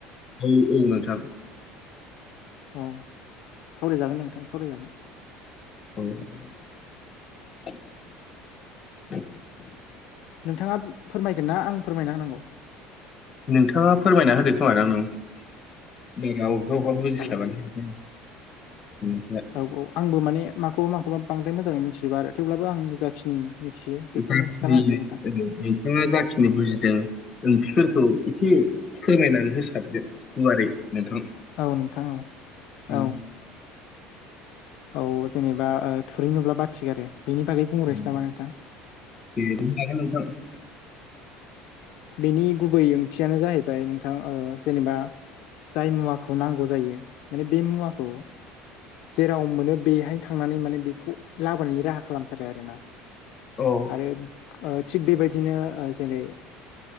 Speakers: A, on the left (about 30°); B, on the left (about 60°).
A: औ औ न थां
B: अ सावरायजागोन नोंथां सावरायजागोन
A: <inaudible>
B: नोंथाङा फोरमायगोन ना आं फोरमायना होनांगौ
A: नोंथाङा फोरमायना होदो खोमा द आंनाव बा अबेबा अबेबा
B: औ
A: बुजिस्लाबानो
B: जागोन दे
A: <unintelligible>
B: औ औ आंबो माने माखौबा माखौबा बांद्राय मोजाङै मिथिजोबा आरो। थेवब्लाबो आं जाखिनि मिथियो बेखौनो
A: जाखिनि
B: खिन्थानासै नोंथां।
A: ओ नोंथाङा जाखिनि बुजिदों ओंथिफोरखौ एसे फोरमायनानै होसारदो गुवारै नोंथां
B: औ नोंथां औ
A: उम
B: औ औ जेनेबा ओ थुरै नुब्ला बाथिगारो बेनि बागै बुंग्रोनोसै
A: उम
B: नामा नोंथां
A: <unintelligible>
B: बेनि गुबै ओंथियानो जाहैबाय नोंथां जेनेबा जाय मुवाखौ नांगौ जायो माने बे मुवाखौ जेराव मोनो बेहायनो थांनानै माने बेखौ लाबोनायनि राहा खालामथारो आरो ना।
A: औ
B: आरो थिग बेबायदिनो जेरै